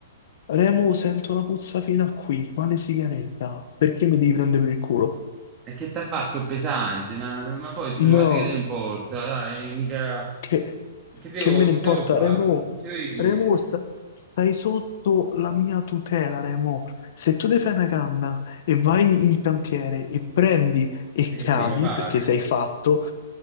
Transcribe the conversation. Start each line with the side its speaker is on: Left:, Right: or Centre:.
Left: Remo, sento la puzza fino a qui, ma le sigaretta, perché mi devi prendere per il culo?
Right: E che tabacco è pesante, ma, ma poi scusa,
Left: No,
Right: ma a te che te ne importa? Dai, mica...
Left: che,
Right: Che devo,
Left: che me ne
Right: che
Left: importa,
Right: devo fare?
Left: Remo,
Right: Mi dovevi chiedere,
Left: Remo, sta- stai sotto la mia tutela, Remo. Se tu ti fai una canna e vai in cantiere e prendi e
Right: perché
Left: cadi
Right: sei mio padre.
Left: perché sei fatto,